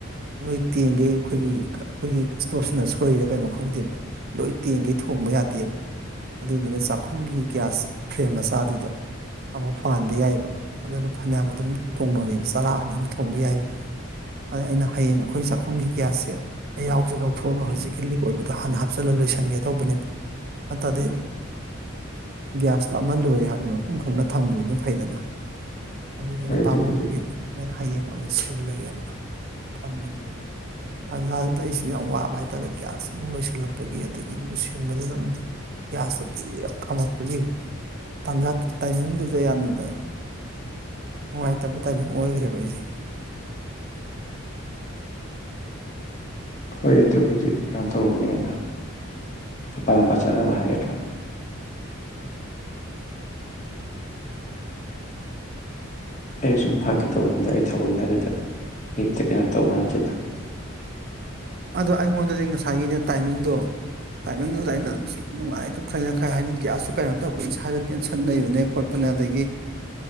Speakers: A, on the right; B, on the left.
A: ꯅꯣꯏ ꯇꯦꯡꯈꯩ ꯑꯩꯈꯣꯏꯒꯤ ꯑꯩꯈꯣꯏꯒꯤ ꯏꯁꯇꯣꯞꯁꯤꯅ ꯁꯣꯏꯔꯤꯗ ꯀꯩꯅꯣ ꯈꯪꯗꯦꯕ ꯂꯣꯏ ꯇꯦꯡꯒꯦ ꯊꯣꯡꯕ ꯌꯥꯗꯦꯕ ꯑꯗꯨꯗꯨꯅ ꯆꯥꯛꯈꯨꯝꯒꯤ ꯒꯤꯒ꯭ꯌꯥꯁ ꯐ꯭ꯔꯦꯝ ꯃꯆꯥꯗꯨꯗ ꯑꯃꯨꯛ ꯄꯥꯟꯕꯕ ꯌꯥꯏꯑꯕ ꯑꯗꯨꯅ ꯐꯅꯌꯥꯝ ꯑꯗꯨꯝ ꯊꯣꯡꯅꯌꯦꯕ ꯆꯔꯥ ꯑꯅꯤ ꯑꯍꯨꯝ ꯊꯣꯡꯕ ꯌꯥꯏꯑꯕ ꯑ ꯑꯩꯅ ꯍꯌꯦꯡ ꯑꯩꯈꯣꯏ ꯆꯥꯛꯈꯨꯝꯒꯤ ꯒꯤꯒ꯭ꯌꯥꯁꯁꯦ ꯑꯍꯎꯁꯦ ꯂꯧꯊꯣꯛꯑꯒ ꯍꯧꯖꯤꯛꯀꯤ ꯂꯤꯛ ꯑꯣꯏꯕꯗ ꯍꯥꯟꯅ ꯍꯥꯞꯆꯤꯜꯂ ꯂꯣꯏꯁꯤꯟꯒꯦ ꯇꯧꯕꯅꯦꯕ ꯑꯗꯨꯗꯤ ꯒ꯭ꯌꯥꯁꯇꯣ ꯑꯃ ꯂꯣꯏꯔꯦ ꯍꯥꯏꯕꯗ ꯃꯐꯝ ꯈꯪꯅ ꯊꯝꯈꯤꯕꯗꯨ ꯐꯩꯗꯅ ꯑꯗꯨꯒꯤ ꯑꯩꯅ
B: ꯍꯣꯏ ꯑꯗꯨꯕꯨꯗꯤ
A: ꯄꯥꯝꯃꯨꯕꯒꯤꯩꯅ ꯍꯌꯦꯡꯉ ꯁꯤꯜꯂꯒꯦꯅ ꯊꯝꯃꯤꯅꯤ ꯇꯟꯖꯥ ꯑꯗ ꯑꯩꯁꯨ ꯌꯥꯝ ꯋꯥꯕ ꯍꯥꯏꯇꯥꯔꯦ ꯒ꯭ꯌꯥꯁ ꯑꯃꯨꯛ ꯂꯣꯏꯁꯤꯜꯂꯛꯄꯒꯤ ꯑꯗꯒꯤ ꯑꯃꯨꯛ ꯁꯤꯟꯕꯗꯨꯗ ꯑꯃꯨꯛ ꯒ꯭ꯌꯥꯁꯇꯣ ꯄꯤꯔ ꯀꯥꯝꯃꯛꯄꯒꯤ ꯇꯟꯖꯥ ꯇꯥꯏꯃꯤꯡꯗꯨꯗ ꯌꯥꯝꯅꯅ ꯅꯨꯡꯉꯥꯏꯇꯕ ꯇꯥꯏꯃꯤꯡ ꯑꯣꯏꯈ꯭ꯔꯦꯕ ꯑꯩꯁꯦ
B: ꯍꯣꯏ ꯑꯗꯨꯕꯨꯗꯤ ꯀꯩꯅꯣ ꯇꯧꯕꯒꯤꯅꯤꯗ ꯑꯄꯥ ꯃꯄꯥ ꯆꯥꯅꯕ ꯍꯥꯏꯒꯗ꯭ꯔꯥ ꯑꯩ ꯑꯁꯨꯝ ꯐꯥꯈꯤ ꯇꯧꯕꯅꯤꯗ ꯑꯩ ꯊꯑꯣꯏꯅ ꯑꯗꯨꯗ ꯍꯦꯛꯇ ꯀꯩꯅꯣ ꯇꯧꯕ ꯅꯠꯇꯦꯗ
A: ꯑꯗꯣ ꯑꯩꯉꯣꯟꯗꯗꯤ ꯉꯁꯥꯏꯒꯤꯅꯦ ꯇꯥꯏꯃꯤꯡꯗꯣ ꯇꯥꯏꯃꯤꯡꯗꯨꯗ ꯑꯩꯅ ꯁꯨꯝ ꯅꯨꯡꯉꯥꯏꯇ ꯈꯔꯅ ꯈꯔ ꯍꯥꯏꯅꯤꯡꯈꯤ ꯑꯁꯨ ꯀꯩꯅꯣ ꯇꯧꯔꯛꯄ ꯏꯁꯥꯗ ꯇꯦꯟꯁꯟ ꯂꯩꯩꯕꯅꯦ ꯈꯣꯠꯄꯅꯦ ꯑꯗꯒꯤ